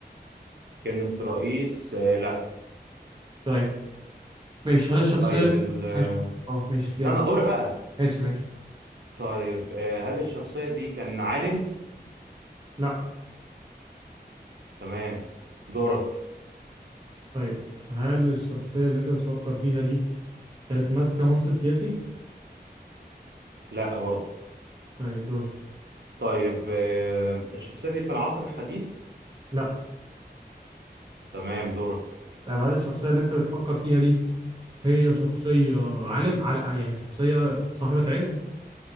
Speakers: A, on the right; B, on the right.
A: كانت رئيس آه، لا
B: طيب ماشي هل الشخصيه
A: طيب
B: اللي...
A: ال...
B: ماشي اه ماشي
A: استنى
B: يلا
A: دوري بقى
B: ماشي ماشي
A: طيب آه، هل الشخصية دي كان عالم؟
B: لا
A: تمام دورك
B: طيب هل الشخصيه اللي انت بتفكر فيها دي كانت ماسكه منصب سياسي
A: لا برضه
B: طيب دور
A: طيب آه، الشخصية دي في العصر الحديث؟
B: لا
A: تمام دورك
B: طيب هل الشخصيه اللي انت بتفكر فيها دي هي شخصيه عالم على يعني شخصيه صاحبه علم